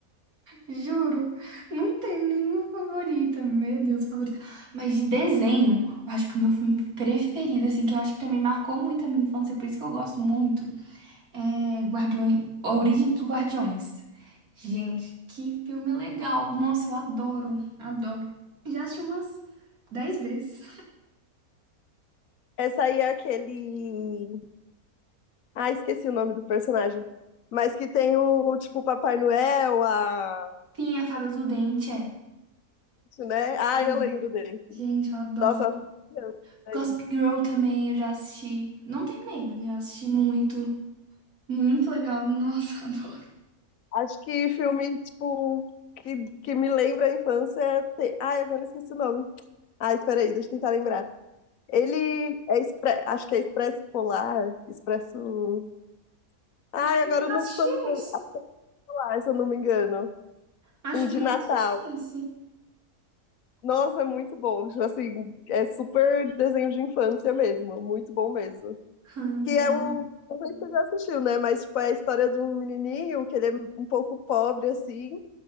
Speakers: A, on the right; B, on the left.
A: juro. Não tem nenhuma favorita. Meu Deus, favorita. Mas de desenho, eu acho que o meu filme preferido, assim, que eu acho que também marcou muito a minha infância, por isso que eu gosto muito, é Guardiões, A Origem dos Guardiões. Gente, que filme legal. Nossa, eu adoro, adoro. Já assisti umas 10 vezes.
B: Essa aí é aquele. Ah, esqueci o nome do personagem. Mas que tem o, tipo, o Papai Noel, a.
A: Sim, a Fada do Dente, é.
B: Né? Ah,
A: Dez.
B: eu lembro desse.
A: Gente, eu adoro.
B: Nossa, eu assisti criança, isso aí.
A: Gossip Girl também, eu já assisti. Não terminei, mas eu já assisti muito. Muito legal. Nossa, <laughs> adoro.
B: Acho que filme, tipo, que, que me lembra a infância. Tem... Ai, agora eu esqueci o nome. Ai, peraí, deixa eu tentar lembrar. Ele é expre... acho que é Expresso Polar, Expresso. Ai,
A: Acho que
B: agora
A: nunca
B: eu não
A: assisti
B: tô lembrando
A: esse.
B: mais, se eu não me engano.
A: Acho
B: Um de
A: que nunca
B: Natal.
A: assisti esse. <laughs>
B: Nossa, é muito bom. Tipo assim, é super desenho de infância mesmo. Muito bom mesmo.
A: Ai,
B: Que é
A: velho.
B: um. Não sei se você já assistiu, né? Mas, tipo, é a história de um menininho que ele é um pouco pobre, assim.